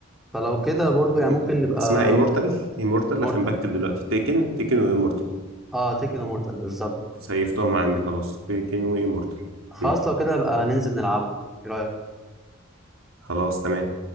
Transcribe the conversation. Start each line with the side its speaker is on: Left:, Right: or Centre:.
Centre: فلو كده برضه
Right: م-
Centre: يعني ممكن نبقى
Right: اسمها ايمورتال ايمورتال
Centre: مورتال
Right: عشان بكتب دلوقتي تيكن تيكن وايمورتال
Centre: اه تيكن ومورتال بالظبط كده
Right: سيفتهم عندي خلاص تيكن وايمورتال
Centre: خلاص
Right: مم.
Centre: لو كده بقى ننزل نلعبهم ايه رايك
Right: خلاص تمام